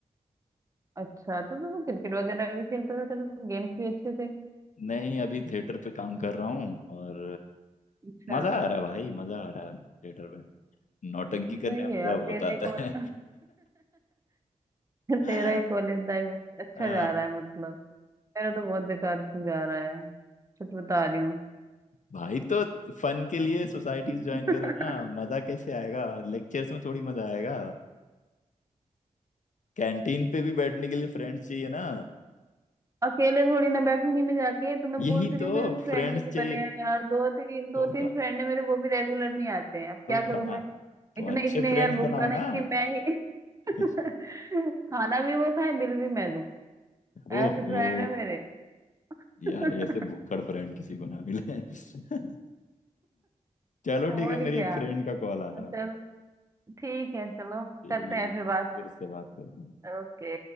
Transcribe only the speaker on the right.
अच्छा तू तो, तो क्रिकेट वगैरह भी खेलता था तेरे तो गेम्स भी अच्छे थे
अच्छा
सही
है
यार
तेरा
ही कॉल
<laughs>
तेरा ही कॉलेज लाइफ अच्छा
जा रहा है मतलब मेरा तो बहुत बेकार जा रहा है सच बता रही
हूँ <laughs>
अकेले थोड़ी ना बैठूंगी मैं जाके तो मैं
बोलती रही
हूँ मेरे फ्रेंड
ही नहीं
बने हैं यार दो तीन दो
तीन
फ्रेंड है मेरे वो भी रेगुलर नहीं आते हैं अब
क्या करूं
मैं
इतने
इतने
यार भुक्कड़
है
कि मैं ही <laughs>
खाना भी वो खाए बिल भी मैं दूं
ऐसे फ्रेंड है मेरे
<laughs>
और
क्या
चल
ठीक है चलो
करते हैं फिर
बात
ओके